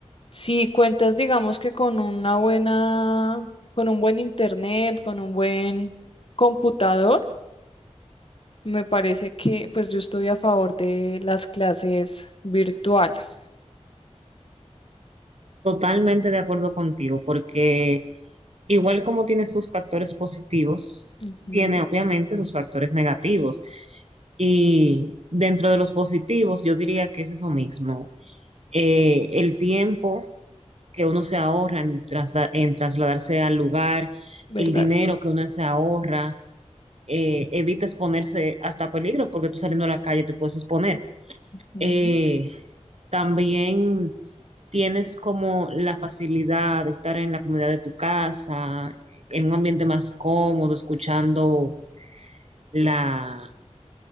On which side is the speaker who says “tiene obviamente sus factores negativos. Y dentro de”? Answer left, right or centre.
Right